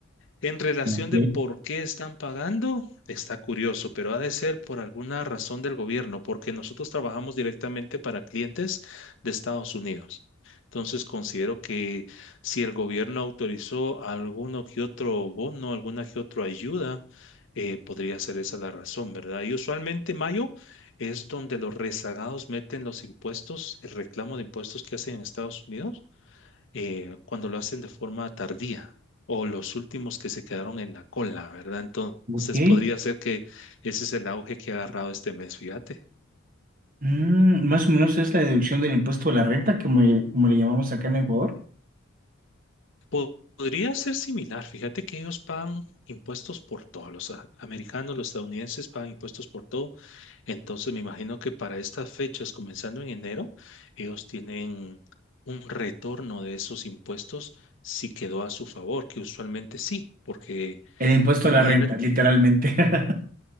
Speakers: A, on the left (about 65°); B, on the right (about 40°).
A: En relación
B: Ok,
A: de por qué están pagando, está curioso, pero ha de ser por alguna razón del gobierno, porque nosotros trabajamos directamente para clientes de Estados Unidos. Entonces considero que si el gobierno autorizó alguno que otro bono, alguna que otra ayuda, eh, podría ser esa la razón, ¿verdad? Y usualmente mayo es donde los rezagados meten los impuestos, el reclamo de impuestos que hacen en Estados Unidos eh, cuando lo hacen de forma tardía o los últimos que se quedaron en la cola, ¿verdad? Entonces
B: ok.
A: podría ser que ese es el auge que ha agarrado este mes, fíjate.
B: Mm, más o menos es la deducción del impuesto a la renta, como, como le llamamos acá en Ecuador.
A: Po- Podría ser similar, fíjate que ellos pagan impuestos por todo, los a- americanos, los estadounidenses pagan impuestos por todo, entonces me imagino que para estas fechas, comenzando en enero, ellos tienen un retorno de esos impuestos si quedó a su favor, que usualmente sí, porque...
B: El impuesto
A: imagínate
B: a la renta, literalmente. <laughs>